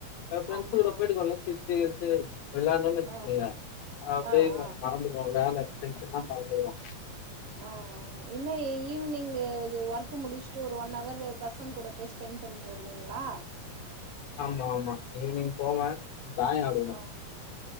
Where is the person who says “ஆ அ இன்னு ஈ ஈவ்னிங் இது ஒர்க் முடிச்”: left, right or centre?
Right